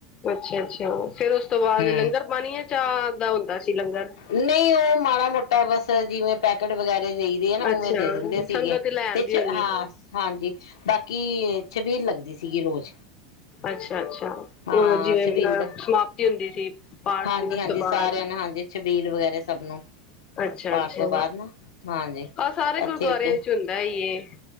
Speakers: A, on the left (about 35°); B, on the left (about 75°).
A: ਅੱਛਾ, ਅੱਛਾ, ਫੇਰ ਉਸ ਤੋਂ ਬਾਅਦ
B: ਹਮ
A: ਲੰਗਰ ਪਾਣੀ, ਯਾ ਚਾਹ ਦਾ ਹੁੰਦਾ ਸੀ ਲੰਗਰ
B: ਨਹੀਂ ਉਹ ਮਾੜਾ ਮੋਟਾ ਬਸ ਜਿਵੇਂ ਪੈਕੇਟ ਵਗੈਰਾ ਦੇਈਦੇ ਹੈ ਨਾ, ਉਵੇਂ
A: ਅੱਛਾ
B: ਦੇ ਦਿੰਦੇ ਸੀਗੇ।
A: ਸੰਗਤ ਲੈ
B: ਤੇ
A: ਆਂਦੀ
B: ਚ
A: ਹੋਣੀ
B: ਹਾਂ ਹਾਂਜੀ, ਬਾਕੀ ਛਬੀਲ ਲੱਗਦੀ ਸੀਗੀ ਰੋਜ਼।
A: ਅੱਛਾ- ਅੱਛਾ।
B: ਹਾਂ
A: ਉਹ ਜਿਵੇਂ
B: ਛਬੀਲ
A: ਅ
B: ਦਾ
A: ਸਮਾਪਤੀ ਹੁੰਦੀ ਸੀ। ਪਾਠ
B: ਹਾਂਜੀ
A: ਦਿਵਸ
B: ਹਾਂਜੀ
A: ਤੋਂ ਬਾਅਦ।
B: ਸਾਰਿਆਂ ਨੂੰ ਹਾਂਜੀ ਛਬੀਲ ਵਗੈਰਾ ਸਭ ਨੂੰ
A: ਅੱਛਾ-
B: ਪਾਠ
A: ਅੱਛਾ,
B: ਤੋਂ ਬਾਅਦ ਨਾ ਹਾਂਜੀ
A: ਆਹ ਸਾਰੇ
B: ਇੱਥੇ
A: ਗੁਰਦੁਆਰਿਆਂ
B: ਤੇ
A: ਵਿੱਚ ਹੁੰਦਾ, ਹੀ ਇਹ ਹੈ।